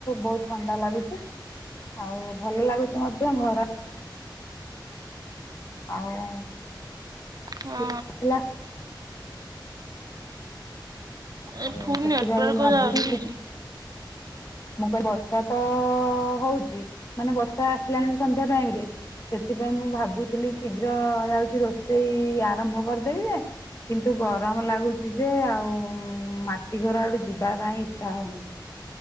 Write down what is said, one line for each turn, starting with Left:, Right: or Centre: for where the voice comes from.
Left: ବହୁତ୍ ଥଣ୍ଡା ଲାଗୁଛି। ଆଉ ଭଲ ଲାଗୁଛି ମଧ୍ୟ ଘର ଆଉ
Right: ହଁ
Left: <unintelligible>
Right: ଏ
Left: ହଉ
Right: ଫୁଲ୍
Left: ସେଥିପାଇଁ
Right: ନେଟୱାର୍କ
Left: ଭାବୁ
Right: ଯାଉଛି
Left: <unintelligible>
Right: ଏଠି।
Left: ମୁଁ କହିଲି ବର୍ଷା ତ ହଉଛି ମାନେ ବର୍ଷା ଆସିଲାଣି ବି ସନ୍ଧ୍ୟା ଟାଇମ୍ ରେ ସେଥିପାଇଁ ମୁଁ ଭାବୁଥିଲି ଶୀଘ୍ର ଯାଉଚି ରୋଷେଇ ଆରମ୍ଭ କରିଦେବି ଯେ କିନ୍ତୁ ଗରମ ଲାଗୁଛି ଯେ ଆଉ ମାଟି ଘର ଆଡୁ଼ ଯିବା ପାଇଁ ଇଚ୍ଛା ହଉନି।